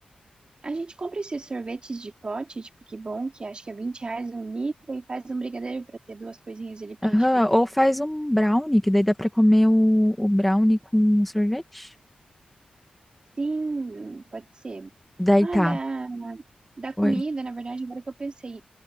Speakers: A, on the right; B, in the centre.
A: A gente compra esses sorvetes de pote, tipo, que bom, que acho que é 20 reais um litro e faz um brigadeiro pra ter duas coisinhas ali pra
B: Aham,
A: gente...
B: Ou faz um brownie, que daí dá pra comer o, o brownie com sorvete.
A: Sim, pode ser.
B: Daí
A: Ah,
B: tá.
A: da, da comida,
B: Oi.
A: na verdade, agora que eu pensei.